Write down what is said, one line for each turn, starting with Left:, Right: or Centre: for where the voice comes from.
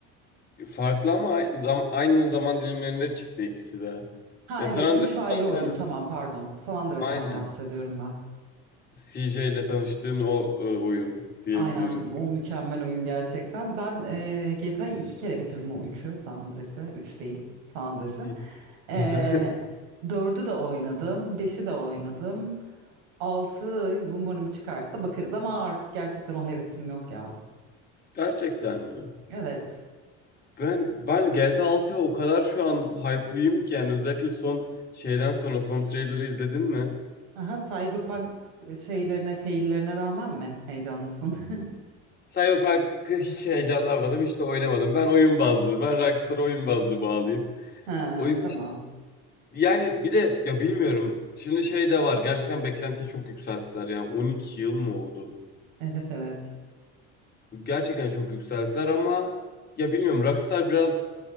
Left: hı. Farklı ama ay- zam- aynı zaman dilimlerinde çıktı ikisi de.
Right: Ha
Left: Ya
Right: evet
Left: San Andreas
Right: 3 ayrı
Left: zaten
Right: oyun tamam pardon. San Andreas'tan
Left: aynen
Right: bahsediyorum ben.
Left: CJ ile tanıştığın o e, oyun diyebiliriz.
Right: Aynen o mükemmel oyun gerçekten. Ben e, GTA'yı iki kere bitirdim o üçü San Andreas'ı. 3 değil San Andreas'ı.
Left: Hı.
Right: E,
Left: <laughs>
Right: 4'ü de oynadım. beşi de oynadım. 6 umarım çıkarsa bakarız ama artık gerçekten o hevesim yok ya.
Left: Gerçekten mi?
Right: Evet.
Left: Ben ben GTA 6'ya o kadar şu an hype'lıyım ki yani özellikle son şeyden sonra son trailer'ı izledin mi?
Right: Aha, Cyberpunk şeylerine, faillerine rağmen mi heyecanlısın? <laughs>
Left: Cyberpunk'ı hiç heyecanlanmadım, hiç de oynamadım. Ben oyun bazlı, ben Rockstar oyun bazlı bağlıyım.
Right: Ha,
Left: O yüzden
Right: tamam.
Left: yani bir de ya bilmiyorum. Şimdi şey de var. Gerçekten beklentiyi çok yükselttiler. Yani 12 yıl mı oldu?
Right: Evet evet.
Left: Gerçekten çok yükselttiler ama ya bilmiyorum Rockstar biraz